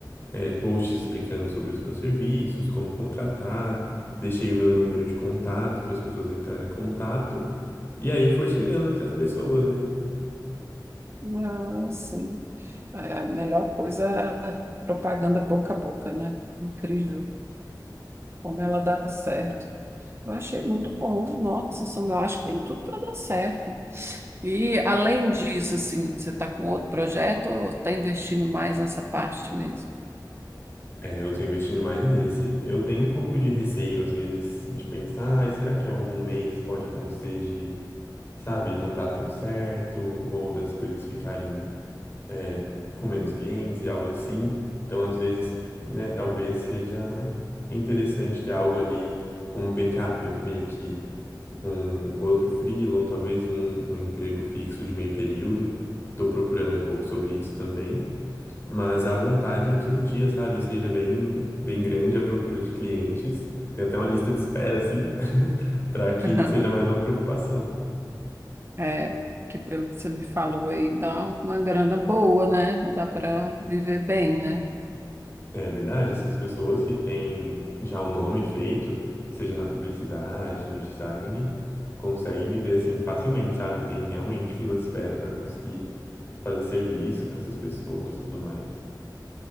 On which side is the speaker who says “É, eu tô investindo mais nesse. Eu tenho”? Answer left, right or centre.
Left